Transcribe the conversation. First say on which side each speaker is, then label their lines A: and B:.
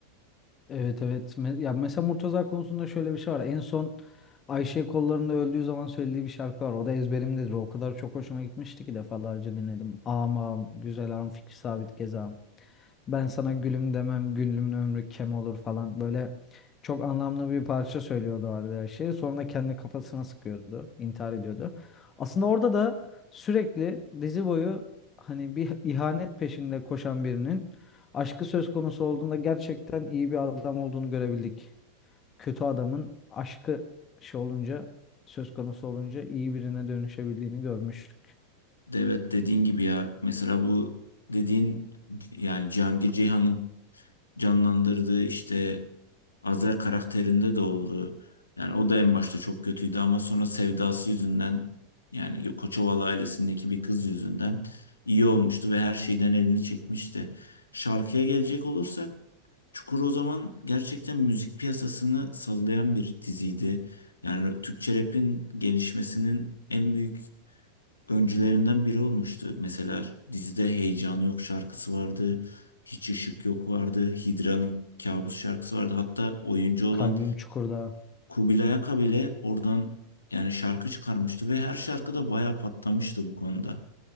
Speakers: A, on the left; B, on the left.
A: Evet evet. Me- Ya mesela Murtaza konusunda şöyle bir şey var. En son Ayşe kollarında öldüğü zaman söylediği bir şarkı var. O da ezberimdedir. O kadar çok hoşuma gitmişti ki defalarca dinledim. Ağam ağam, güzel ağam, Fikri Sabit Gezağım. Ben sana gülüm demem, gülümün ömrü kem olur falan. Böyle çok anlamlı bir parça söylüyordu orada her şeyi. Sonra da kendi kafasına sıkıyordu, intihar ediyordu. Aslında orada da sürekli dizi boyu hani bir ihanet peşinde koşan birinin aşkı söz konusu olduğunda gerçekten iyi bir adam olduğunu görebildik. Kötü adamın aşkı şey olunca, söz konusu olunca iyi birine dönüşebildiğini görmüştük.
B: De Evet dediğin gibi ya mesela bu dediğin yani Cihangir Ceyhan'ın canlandırdığı işte Azer karakterinde de oldu. Yani o da en başta çok kötüydü ama sonra sevdası yüzünden yani Koçovalı ailesindeki bir kız yüzünden iyi olmuştu ve her şeyden elini çekmişti. Şarkıya gelecek olursak Çukur o zaman gerçekten müzik piyasasını sallayan bir diziydi. Yani Türkçe rap'in gelişmesinin en büyük öncülerinden biri olmuştu. Mesela dizide Heyecan Yok şarkısı vardı. Hiç Işık Yok vardı. Hidra'nın Kabus şarkısı vardı. Hatta oyuncu olan
A: Kalbim Çukur'da.
B: Kubilay Aka bile oradan yani şarkı çıkarmıştı ve her şarkıda bayağı patlamıştı bu konuda.